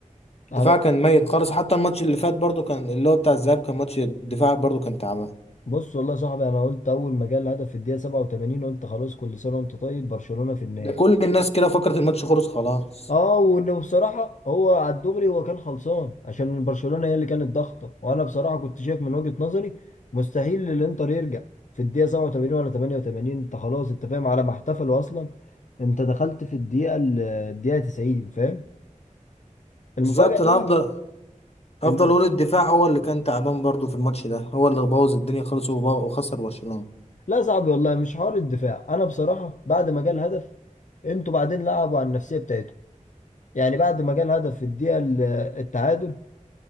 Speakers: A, on the left (about 70°); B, on the left (about 50°).
A: انا
B: الدفاع كان ميت خالص حتى الماتش اللي فات برضو كان اللي هو بتاع الذهاب كان ماتش الدفاع برضو كان تعبان
A: بص والله يا صاحبي انا قلت اول ما جه الهدف في الدقيقه 87 قلت خلاص كل سنه وانت طيب برشلونه في النهائي
B: ده كل الناس كده فكرت الماتش خلص خلاص
A: اه وانه بصراحه هو على الدغري هو كان خلصان عشان برشلونه هي اللي كانت ضاغطه وانا بصراحه كنت شايف من وجهه نظري مستحيل الانتر يرجع في الدقيقه 87 ولا 88 انت خلاص انت فاهم على ما احتفلوا اصلا انت دخلت في الدقيقه ال- الدقيقه 90 فاهم
B: بالظبط
A: المفاجاه
B: انا
A: بقى
B: هفضل هفضل
A: إن-
B: اقول الدفاع هو اللي كان تعبان برضو في الماتش ده هو اللي بوظ الدنيا خالص وب- وخسر برشلونة
A: لا صعب والله مش حوار الدفاع انا بصراحه بعد ما جه الهدف انتوا بعدين لعبوا على النفسيه بتاعتكم يعني بعد ما جه الهدف في الدقيقه ال- التعادل